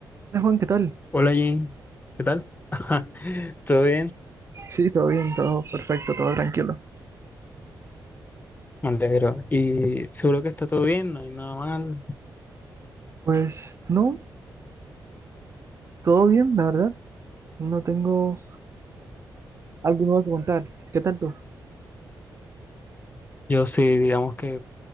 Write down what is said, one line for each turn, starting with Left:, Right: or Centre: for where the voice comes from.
Right: Hola Juan, ¿qué tal?
Left: Hola Jane, ¿qué tal? <laughs> ¿Todo bien?
Right: Sí, todo bien, todo perfecto, todo tranquilo.
Left: Me alegro. Y seguro que está todo bien, no hay nada mal.
Right: Pues no, todo bien, la verdad. No tengo algo nuevo que contar. ¿Qué tal tú?
Left: Yo sí, digamos que